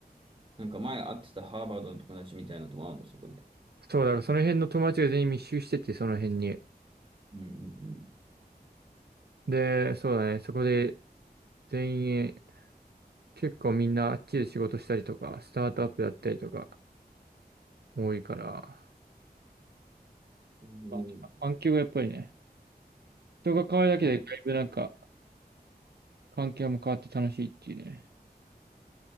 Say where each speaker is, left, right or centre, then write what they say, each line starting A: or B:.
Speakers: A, on the right; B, on the right.
A: なんか前会ってたハーバードの友達みたいなとこあるの、そこで。
B: そうだから、その辺の友達が全員密集してて、その辺に。
A: うんうんうん。
B: で、そうだね、そこで全員、結構みんなあっちで仕事したりとか、スタートアップやったりとか、多いから。
A: うん。
B: あ環境がやっぱりね、人が変わるだけで、
A: まあ、
B: だいぶなんか、環境も変わって楽しいっていうね。